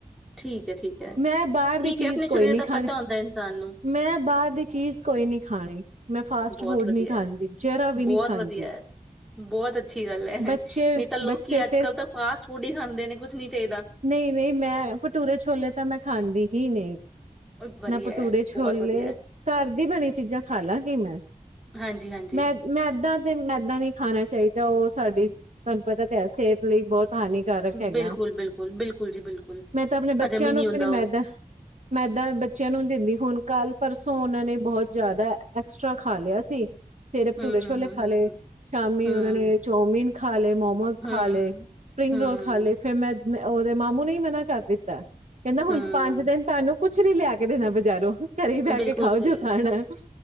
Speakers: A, in the centre; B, on the right.
A: ਠੀਕ ਹੈ, ਠੀਕ ਹੈ,
B: ਮੈਂ ਬਾਹਰ ਦੀ
A: ਠੀਕ
B: ਚੀਜ਼
A: ਹੈ, ਆਪਣੇ
B: ਕੋਈ
A: ਸਰੀਰ
B: ਨੀ
A: ਦਾ
B: ਖਾਣੀ
A: ਪਤਾ ਹੁੰਦਾ ਇਨਸਾਨ ਨੂੰ
B: ਮੈਂ ਬਾਹਰ ਦੀ ਚੀਜ਼ ਕੋਈ ਨਹੀ ਖਾਣੀ। ਮੈਂ ਫਾਸਟ
A: ਬਹੁਤ
B: ਫੂਡ
A: ਵਧੀਆ
B: ਨਹੀਂ ਖਾਂਦੀ
A: ਹੈ,
B: ਜਰਾ ਵੀ
A: ਬਹੁਤ
B: ਨਹੀਂ ਖਾਂਦੀ
A: ਵਧੀਆ ਬਹੁਤ ਅੱਛੀ ਗੱਲ ਹੈ
B: ਬੱਚੇ
A: ਨਹੀਂ ਤਾਂ ਲੋਕੀ
B: ਬੱਚੇ ਫਿਰ
A: ਅੱਜ ਕੱਲ੍ਹ ਤਾਂ ਫਾਸਟ ਫੂਡ ਹੀ ਖਾਂਦੇ ਨੇ ਕੁਛ ਨੀ ਚਾਹੀਦਾ।
B: ਨਹੀਂ ਨਹੀਂ ਮੈਂ ਭਟੂਰੇ ਛੋਲੇ ਤਾਂ ਮੈਂ ਖਾਂਦੀ ਹੀ ਨਹੀਂ।
A: ਉਹ ਵਧੀਆ
B: ਨਾ ਭਟੂਰੇ
A: ਹੈ,
B: ਛੋਲੇ
A: ਬਹੁਤ ਵਧੀਆ ਹੈ,
B: ਘਰ ਦੀ ਬਣੀ ਚੀਜ਼ਾਂ ਖਾ ਲਾਂਗੀ ਮੈਂ
A: ਹਾਂਜੀ ਹਾਂਜੀ।
B: ਮੈ ਮੈਦਾਾਂ ਤੇ ਮੈਦਾ ਨਹੀਂ ਖਾਣਾ ਚਾਹੀਦਾ ਜਾਂ ਉਹ ਸਾਡੀ ਤੁਹਾਨੂੰ ਪਤਾ ਤੇ ਹੈ। ਸਿਹਤ ਲਈ ਬਹੁਤ ਹਾਨੀਕਾਰਕ ਹੈਗਾ
A: ਬਿਲਕੁਲ, ਬਿਲਕੁਲ, ਬਿਲਕੁਲ ਜੀ ਬਿਲਕੁਲ।
B: ਮੈਂ ਤਾਂ ਆਪਣੇ ਬੱਚਿਆਂ
A: ਹਜਮ ਹੀ ਨਹੀਂ
B: ਨੂੰ
A: ਹੁੰਦਾ
B: ਵੀ ਨੀ ਮੈਦਾ
A: ਉਹ
B: ਮੈਦਾ ਬੱਚਿਆਂ ਨੂੰ ਨੀ ਦਿੰਦੀ ਹੁਣ ਕੱਲ ਪਰਸੋਂ ਉਹਨਾਂ ਨੇ ਬਹੁਤ ਜ਼ਿਆਦਾ ਐਕਸਟਰਾ ਖਾ ਲਿਆ ਸੀ। ਸਵੇਰੇ ਭਟੂਰੇ
A: ਹੂੰ ਹੂੰ
B: ਛੋਲੇ ਖਾ
A: ਹੂੰ ਹੂੰ
B: ਲਏ ਸ਼ਾਮੀ
A: ਹੂੰ
B: ਉਹਨਾ ਨੇ ਚੌਮਿਨ ਖਾਲ ਲ ਮੋਮੋਜ
A: ਹੂੰ
B: ਖਾ ਲੈ, ਸਪ੍ਰਿੰਗ
A: ਹੂੰ
B: ਰੋਲ ਖਾ ਲੈ ਫੇਮੈਸ ਉਹਦੇ ਮਾਮੂ ਨਹੀਂ ਮਨਾ ਕਰ ਦਿੱਤਾ। ਕਹਿੰਦਾ ਹੁਣ
A: ਹੂੰ
B: ਪੰਜ ਦਿਨ ਸਾਨੂੰ ਕੁਛ ਨੀ ਲਿਆ ਕੇ ਦੇਣਾ ਬਜ਼ਾਰੋਂ। ਕਰ ਬਹਿ
A: ਬਿਲਕੁਲ
B: ਕੇ ਖਾਓ
A: ਸਹੀ
B: ਜੋੋ ਖਾਣਾ